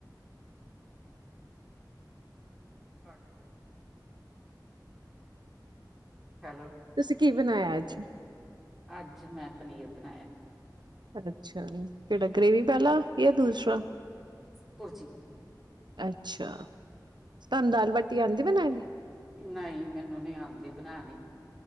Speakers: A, in the centre; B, on the right.
A: ਘੱਟਦੇ ਹੈਲੋ,
B: ਤੁਸੀਂ ਕੀ ਬਣਾਇਆ ਅੱਜ
A: ਅੱਜ ਮੈਂ ਪਨੀਰ ਬਣਾਇਆ।
B: ਅੱਛਾ ਜੀ। ਕੇੜਾ ਗ੍ਰੇਵੀ ਵਾਲਾ ਯਾ ਦੂਸਰਾ?
A: ਪੁਰਜੀ।
B: ਅੱਛਾ। ਤਾਨੂੰ ਦਾਲ-ਬਾਟੀ ਆਂਦੀ ਬਣਾਣੀ?
A: ਨਹੀਂ ਮੈਨੂੰ ਨੀ ਆਉਂਦੀ ਬਣਾਣੀ।